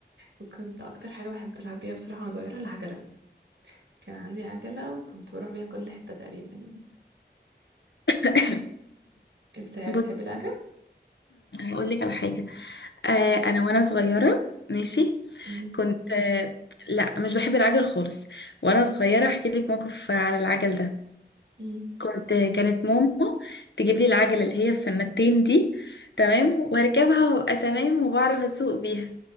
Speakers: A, on the right; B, on the left.
A: وكنت أكتر حاجة بحب ألعب بيها بصراحة وأنا صغيرة العجلة كان عندي عجلة وكنت بروح بيها كل حتة تقريبا يعني
B: <coughs>
A: انت
B: بص
A: بتحبي العجل؟
B: هقول لك على حاجة آه انا وانا صغيرة ماشي
A: مم.
B: كنت آه لا مش بحب العجل خالص وانا صغيرة احكي لك موقف على العجل ده
A: مم.
B: كنت كانت ماما تجيب لي العجلة اللي هي في سنتين دي تمام واركبها وابقى تمام وبعرف اسوق بيها